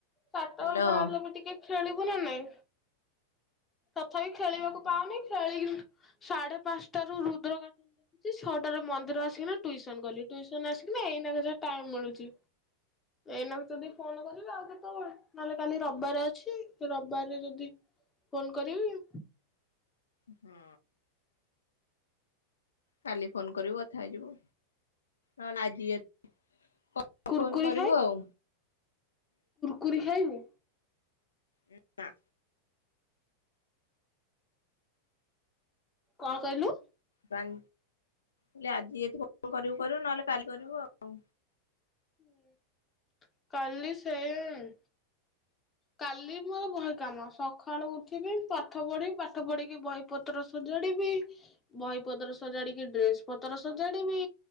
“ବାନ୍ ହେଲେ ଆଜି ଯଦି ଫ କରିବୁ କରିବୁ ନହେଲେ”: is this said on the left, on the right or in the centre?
Left